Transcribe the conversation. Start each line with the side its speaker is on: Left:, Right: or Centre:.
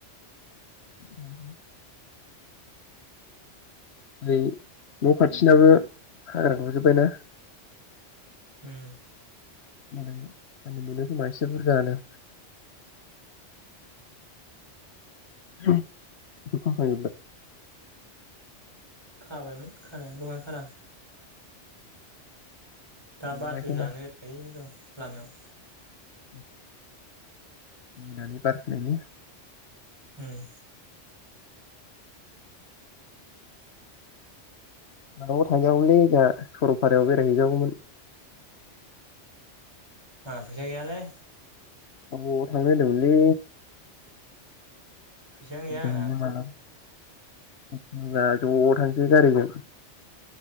Left: <inaudible> ऐ न' खाथिनाबो हाग्रा गुरजोबबाय ना?
Right: उम।
Left: उम फाननो मोनो खोमा एसे बुरजायानो <unintelligible>
Right: खाबायमोन खानाया दहाय खादां दा
Left: नुनायखौनो
Right: बारसो जानो ओरैनो दं लामायाव
Left: <inaudible> <unintelligible>
Right: उम।
Left: माबायाव थांजागौलै जोंहा सरलपारायाव बेरायहैजागौमोन
Right: आहा फैसा गैयालै
Left: आबौ थांनो होनदोंमोनलै
Right: फैसायानो
Left: <unintelligible>
Right: गैया आंना
Left: ब्ला ज' थांसै गारिजों